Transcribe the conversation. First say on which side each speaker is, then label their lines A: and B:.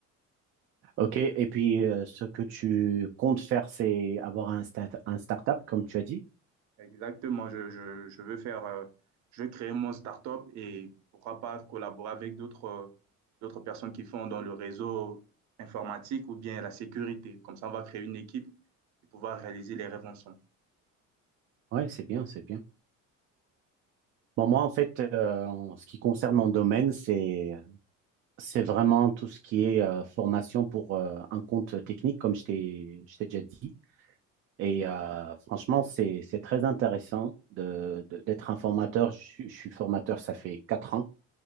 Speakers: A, on the right (about 45°); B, on the right (about 65°).
A: OK, et puis euh, ce que tu comptes faire, c'est avoir un, sta- un start-up, comme tu as dit.
B: Exactement, je, je, je veux faire, euh, je veux créer mon startup et pourquoi pas collaborer avec d'autres euh, d'autres personnes qui font dans le réseau informatique ou bien la sécurité. Comme ça, on va créer une équipe et pouvoir réaliser les rêves ensemble.
A: Oui, c'est bien, c'est bien. Bon, moi, en fait, euh, en ce qui concerne mon domaine, c'est, c'est vraiment tout ce qui est euh, formation pour euh, un compte technique, comme je t'ai, je t'ai déjà dit. Et euh, franchement, c'est, c'est très intéressant de, de- d'être un formateur. Je, suis je suis formateur, ça fait quatre ans.